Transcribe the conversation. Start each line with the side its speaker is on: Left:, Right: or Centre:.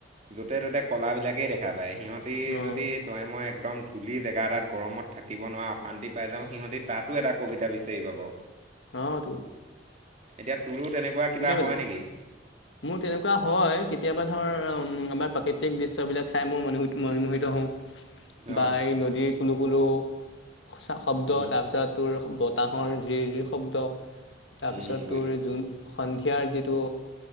Right: য'তে ত'তে ক'লাবিলাকেই দেখা যায় সিহঁতি
Left: অঁ
Right: যদি তয়ে মই একদম ধূলি জেগা এটাত গৰমত থাকে থাকিব নোৱাৰে অশান্তি পাই যাওঁ সিহঁতি তাতো এটা কবিতা বিচাৰি পাব
Left: অ তোৰ
Right: এতিয়া তোৰো তেনেকুৱা কিবা
Left: বেলেগ
Right: হয় নেকি
Left: মোৰ তেনেকুৱা হয় কেতিয়াবা ধৰ আমাৰ প্ৰাকৃতিক দৃশ্যবিলাক চাই মোৰ মনো মনমোহিত হওঁ বা
Right: অ'
Left: এই নদীৰ কোনো কোনো শব্দ
Right: উম,
Left: তাৰপিছত তোৰ তাঁাহৰ জিৰ জিৰ শব্দ তাৰপিছত
Right: উম, বুজিছোঁ
Left: তোৰ জোন সন্ধিয়াৰ যিটো